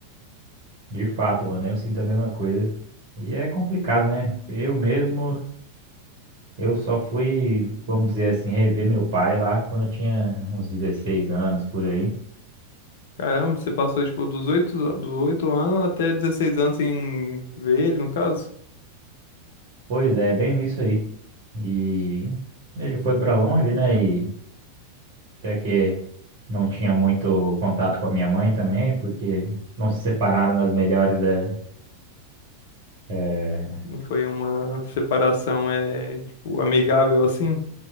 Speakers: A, on the right; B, on the left.
A: De fato, mano, eu sinto a mesma coisa. E é complicado, né? Eu mesmo, eu só fui, vamos dizer assim, rever meu pai lá quando eu tinha uns 16 anos por aí.
B: Caramba, você passou, tipo, dos oito dos oito anos até 16 anos sem ver ele, no caso?
A: Pois é, bem isso aí. E ele foi pra longe, né? E até que não tinha muito contato com a minha mãe também, porque não se separaram nas melhores da eh,
B: Não foi uma separação, é, tipo, amigável assim?